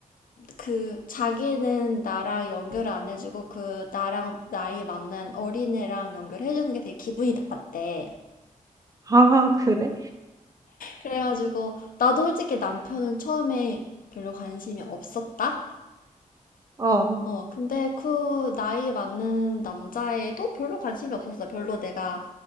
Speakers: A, on the left; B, on the right.
A: 그, 자기는 나랑 연결을 안 해주고, 그, 나랑 나이 맞는 어린애랑 연결해주는 게 되게 기분이 나빴대.
B: 아, 그래?
A: 그래가지고 나도 솔직히 남편은 처음에 별로 관심이 없었다.
B: 어.
A: 어, 근데 그 나이에 맞는 남자애도 별로 관심이 없었어. 별로 내가